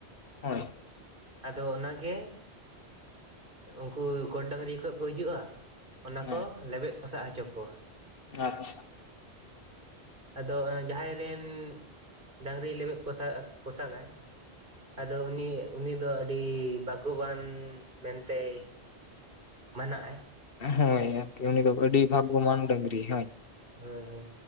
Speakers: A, on the left; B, on the right.
A: ᱦᱳᱭ
B: ᱟᱫᱚ ᱚᱱᱟᱜᱮ ᱩᱱᱠᱩ ᱜᱚᱰ ᱰᱟᱝᱨᱤ ᱠᱷᱚᱡ ᱠᱚ ᱦᱤᱡᱩᱜᱼᱟ ᱚᱱᱟ
A: ᱦᱮᱸ
B: ᱠᱚ ᱞᱮᱵᱮᱜ ᱯᱚᱥᱟᱜ ᱦᱚᱪᱚ ᱠᱚᱣᱟ
A: ᱟᱪᱪᱷᱟ
B: ᱟᱫᱚ ᱡᱟᱦᱟᱸᱭ ᱨᱮᱱ ᱰᱟᱹᱝᱨᱤ ᱞᱮᱵᱮᱜ ᱯᱚᱥᱟᱜ ᱯᱚᱥᱟᱜᱟᱭ ᱾ ᱟᱫᱚ ᱩᱱᱤ, ᱩᱱᱤ ᱫᱚ ᱟᱹᱰᱤ ᱵᱟᱜᱚᱵᱟᱱ ᱢᱮᱱᱛᱮᱭ ᱢᱟᱱᱟᱜᱼᱟᱭ ᱾
A: ᱦᱳᱭ ᱟᱨᱠᱤ ᱩᱱᱤ ᱫᱚ ᱟᱹᱰᱤ ᱵᱷᱟᱜᱽᱜᱚᱢᱟᱱ ᱰᱟᱹᱝᱨᱤ ᱦᱳᱭ
B: ᱦᱳᱭ ᱦᱳᱭ